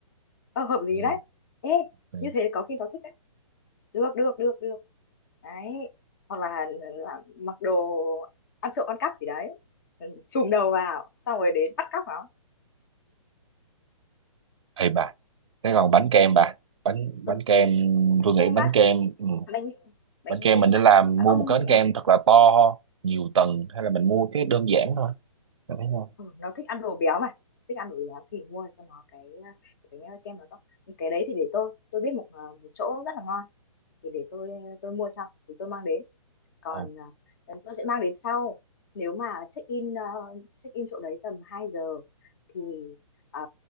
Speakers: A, on the left; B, on the right.
A: ờ, hợp lý
B: Ừ,
A: đấy ê
B: ừ.
A: như thế có khi nó thích đấy được được được được đấy hoặc là, là mặc đồ ăn trộm ăn cắp gì đấy Ừ, chùm đầu vào xong rồi đến bắt cóc nó
B: Ê bà, cái còn bánh kem bà, bánh
A: Ừ.
B: bánh kem
A: bánh
B: tôi nghĩ
A: kem
B: bánh
A: á
B: kem ừ.
A: bánh bánh
B: Bánh kem
A: kem
B: mình nên
A: à
B: làm
A: Dạ,
B: mua
A: ông
B: một cái
A: nghĩ
B: bánh kem
A: làm sao
B: thật là to nhiều tầng hay là mình mua cái đơn giản thôi. Bà thấy không?
A: ừ, nó thích ăn đồ béo mà thích ăn đồ béo thì mua cho nó cái, ờ, cái bánh kem nó to cái đấy thì để tôi tôi biết một ờ, một chỗ rất là ngon thì để tôi tôi mua cho thì tôi mang đến còn
B: Ồ,
A: à, tôi sẽ mang đến sau nếu mà check in à, check in chỗ đấy tầm hai giờ thì à,